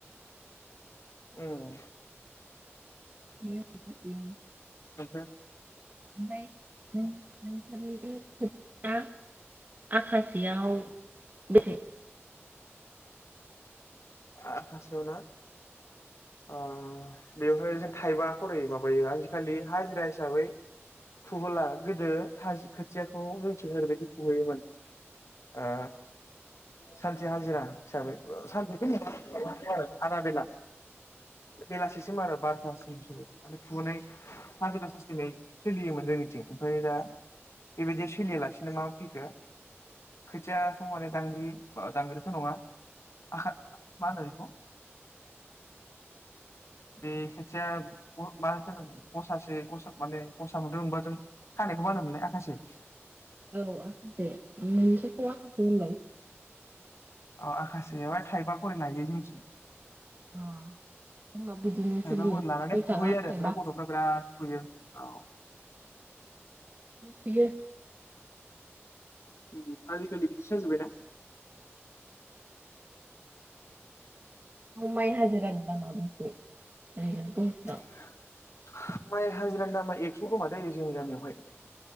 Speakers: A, on the left; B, on the right.
A: उम।
B: <unintelligible>
A: ओमफ्राय
B: ओमफाय नों नोंसोरनि बै खोथिया आखासेयाव बेसे?
A: आखासेयावना? अ बेवहाय जों थाइबा खरै माबायो आजिखालि हाजिरा हिसाबै फुबोला गोदो खा-खोथियाखौ जोंसो ओरैबायदि फुहैयोमोन ओ सानसे हाजिरा हिसाबै सानसेथ' नङा आदा बेला। बेलासिसिम आरो बार'थासिम बिसोरो माने फुहोनाय हाजिरा साजिरायै सोलियोमोन जोंनिथिं ओमफाय दा बेबायदि सोलियालासिनो मा फैखो खोथियाखौ माने दांग्रि दांग्रिथ' नङा आखा मा होनो बेखौ? बे खेनसेआ मा <unintelligible> गसासे गसा माने गसा मोनब्रै मोनबा जों खानायखो मा होनोमोनलाय आखासे?
B: औ आखासे खौ आखासे होनबाय।
A: ओ आखासेयावहाय थाइबा खरे लायो जोंनिथिं।
B: अ जोंनाव बिदिनो
A: थाइबा
B: सोलियो
A: खरे लानानै
B: सय थाखा
A: फुहैयो आरो
B: थाइबा
A: ओमफ्राय गथ'फ्रा बिराद फुयो औ
B: बियो
A: उम उम आजिखालि बिदिसो जाजोबबाय ना?
B: माय हाजिरानि दामा बेसे? ओरैनो गंसेयाव
A: <inaudible> माइ हाजिरानि दामा एकस' खोमा दैे जोंनि गामियावहाय